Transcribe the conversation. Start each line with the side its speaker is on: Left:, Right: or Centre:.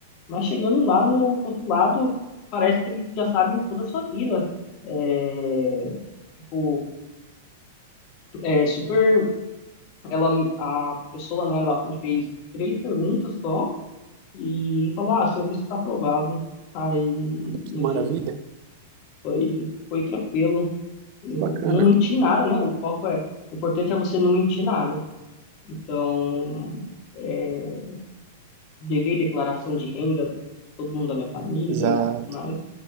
Left: Mas chegando lá no consulado, parece que eles já sabem toda a sua vida. É, tipo, é super. Ela, a pessoa, né, ela me fez três perguntas só e falou: Ah, seu visto está aprovado. Aí,
Right: que
Left: enfim,
Right: maravilha,
Left: foi, foi tranquilo. eu
Right: que bacana.
Left: não menti em nada, né? O foco é, o importante é você não mentir nada. Então, é, devei declaração de renda, todo mundo da minha família
Right: Exato,
Left: e tudo mais.